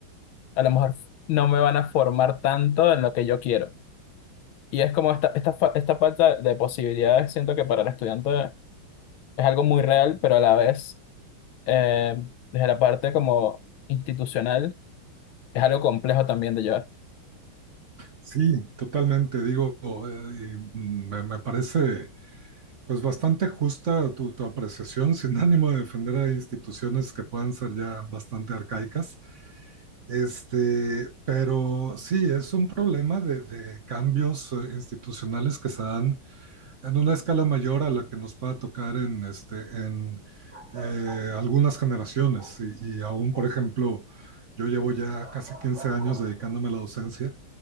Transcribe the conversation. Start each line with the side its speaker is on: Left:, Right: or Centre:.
Left: a lo mejor no me van a formar tanto en lo que yo quiero. Y es como esta, esta, fa- esta falta de posibilidades, siento que para el estudiante es algo muy real, pero a la vez, eh, desde la parte como institucional, es algo complejo también de llevar.
Right: Sí, totalmente. Digo, eh, y me, me parece pues bastante justa tu, tu apreciación, <laughs> sin ánimo de defender a instituciones que puedan ser ya bastante arcaicas. Este, pero sí, es un problema de, de cambios eh, institucionales que se dan en una escala mayor a la que nos pueda tocar en, este, en eh, algunas generaciones. Y, y aún, por ejemplo, yo llevo ya casi 15 años dedicándome a la docencia